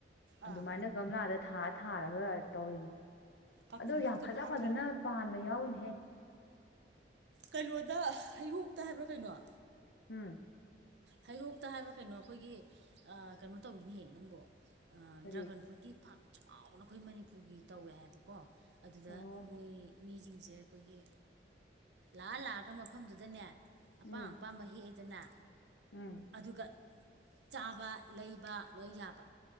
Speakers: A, on the right; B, on the left.
A: ꯑꯥ
B: ꯑꯗꯨꯃꯥꯏꯅ ꯒꯝꯂꯥꯗ ꯊꯥ ꯊꯥꯔꯒ ꯇꯧꯔꯤꯅꯤ꯫
A: ꯀꯥꯔꯇꯨꯟ
B: ꯑꯗꯣ
A: ꯕꯣꯛꯁꯇꯒ
B: ꯌꯥꯝ ꯐꯖ
A: ꯍꯥꯞꯇ꯭ꯔꯥ
B: ꯐꯖꯅ ꯄꯥꯟꯕ ꯌꯥꯎꯋꯅꯦꯍꯦ
A: ꯀꯩꯅꯣꯗ ꯍꯩꯔꯣꯛꯇ ꯍꯥꯏꯕ꯭ꯔꯥ ꯀꯩꯅꯣ
B: ꯎꯝ
A: ꯍꯩꯔꯣꯛꯇ ꯍꯥꯏꯕ꯭ꯔꯥ ꯀꯩꯅꯣ ꯑꯩꯈꯣꯏꯒꯤ ꯀꯩꯅꯣ ꯇꯧꯔꯤꯅꯦꯍꯦ ꯅꯪꯕꫭ
B: ꯀꯔꯤ
A: ꯗ꯭ꯔꯥꯒꯟ ꯐ꯭ꯔꯨꯠꯀꯤ ꯐꯥꯝ ꯆꯥꯎꯅ ꯑꯩꯈꯣꯏ ꯃꯅꯤꯄꯨꯔꯒꯤ ꯇꯧꯋꯦ ꯍꯥꯏꯕꯀꯣ ꯑꯗꯨꯗ
B: ꯑꯣ
A: ꯃꯣꯏ ꯃꯤꯁꯤꯡꯁꯦ ꯑꯩꯈꯣꯏꯒꯤ ꯂꯥꯛꯑ ꯂꯥꯛꯑꯒ ꯃꯐꯝꯗꯨꯗꯅꯦ ꯑꯄꯥꯝ
B: ꯎꯝ
A: ꯑꯄꯥꯝꯕ ꯍꯦꯛꯑꯦꯗꯅ
B: ꯎꯝ
A: ꯑꯗꯨꯒ ꯆꯥꯕ ꯂꯩꯕ ꯂꯣꯏ ꯌꯥꯕ